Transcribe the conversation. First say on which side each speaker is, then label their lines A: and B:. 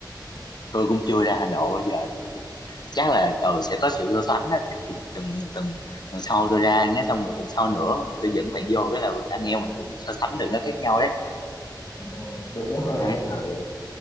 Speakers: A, on the left; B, on the left.
A: ừ.
B: tôi cũng chưa ra Hà Nội bao giờ nên tôi cũng chắc là ừ, sẽ có sự so sánh đó chắc từng từng từng tuần sau tôi ra nhé xong rồi tuần sau nữa mình tôi dẫn bạn vô cái là mình- anh em mình cũng so sánh được nó khác nhau đấy
A: Ừ, đúng rồi
B: đấy, ừ.